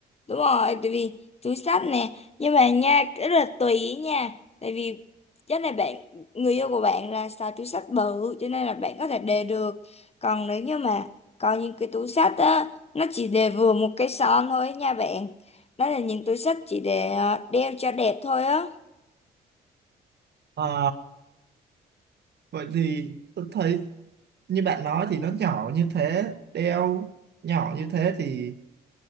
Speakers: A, on the left; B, on the right.
A: đúng rồi tại vì túi xách nè nhưng mà nha cái rất là tùy ý nha tại vì chắc là bạn người yêu của bạn là xài túi xách bự cho nên là bạn có thể đề được còn nếu như mà có những cái túi xách á nó chỉ đề vừa một cái son thôi nha bạn đó là những túi xách chỉ để ờ, đeo cho đẹp thôi á
B: Ờ Vậy thì tôi thấy như bạn nói thì nó nhỏ như thế, đeo nhỏ như thế thì